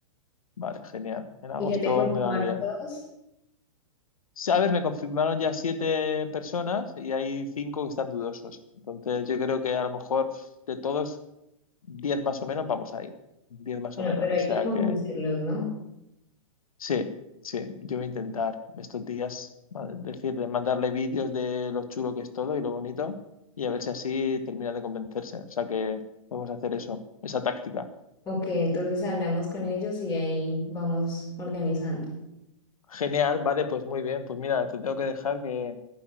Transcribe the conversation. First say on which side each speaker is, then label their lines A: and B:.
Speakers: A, on the left (about 85°); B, on the left (about 15°).
A: Vale, genial. En
B: ¿Y
A: agosto
B: ya te confirmaron
A: me va bien.
B: todos?
A: Sí, A ver, me confirmaron ya siete personas y hay cinco que están dudosos. Entonces, yo creo que a lo mejor de todos, diez más o menos vamos a ir. Diez más
B: Bueno,
A: o menos.
B: pero
A: O
B: hay
A: sea
B: que convencerlos,
A: que
B: ¿no?
A: sí, sí, yo voy a intentar estos días ma- decir, mandarle vídeos de lo chulo que es todo y lo bonito y a ver si así termina de convencerse. O sea que vamos a hacer eso, esa táctica.
B: Ok, entonces hablamos con ellos y ahí vamos organizando.
A: Genial, vale, pues muy bien. Pues mira, te tengo que dejar que